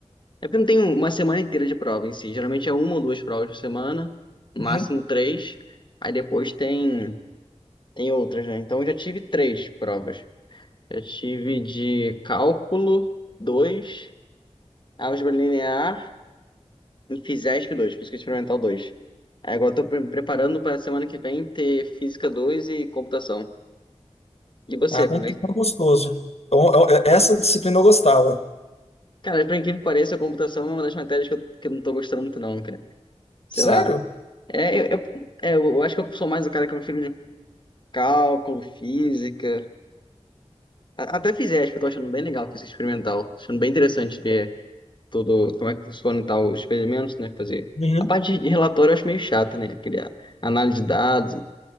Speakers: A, on the left; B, on the left.
A: é porque não tem uma semana inteira de prova em si. Geralmente é uma ou duas provas por semana, no
B: Uhum.
A: máximo três, aí depois tem, tem outras, né? Então eu já tive três provas. Eu tive de cálculo dois álgebra linear e Fisesp dois física experimental dois Aí agora eu tô pre- me preparando para semana que vem ter física dois e computação. E você,
B: Ah, como
A: como
B: que
A: é? que-
B: tá gostoso. Eu- eu- eu- essa disciplina eu gostava.
A: Cara, por incrível que pareça, a computação é uma das matérias que eu, que eu não tô gostando muito não, cara. Sei
B: Sério?
A: lá. É, eu, eu- é, eu acho que eu sou mais o cara que eu prefiro de cálculo, física. A- Até Fisesp, eu tô achando bem legal, física experimental. Achando bem interessante ver todo como é que funciona e tal, os experimentos, né? Fazer.
B: Uhum.
A: A parte de relatório eu acho meio chata, né? Criar análise de dados,